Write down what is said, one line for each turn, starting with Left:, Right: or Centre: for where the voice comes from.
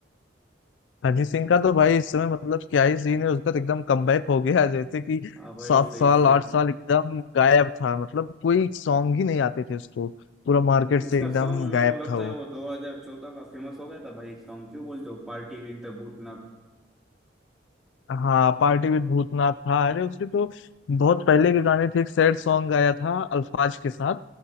Left: अरिजीत सिंह का तो भाई इस समय मतलब क्या ही सीन है उसका तो एकदम कमबैक हो गया जैसे कि
Centre: हाँ भाई
Left: सात
Centre: सही
Left: साल
Centre: सही
Left: आठ साल एकदम गायब था मतलब कोई सॉन्ग ही नहीं आते थे उसको पूरा मार्केट से
Centre: उसका
Left: एकदम
Centre: सॉन्ग
Left: गायब
Centre: मेरे को लगता
Left: था वो
Centre: है वो 2014 का फेमस हो गया था भाई सॉन्ग क्यों बोलते हो पार्टी विद द भूतनाथ
Left: हाँ पार्टी विद भूतनाथ था अरे उसके तो बहुत पहले के गाने थे एक सैड सॉन्ग आया था अल्फाज के साथ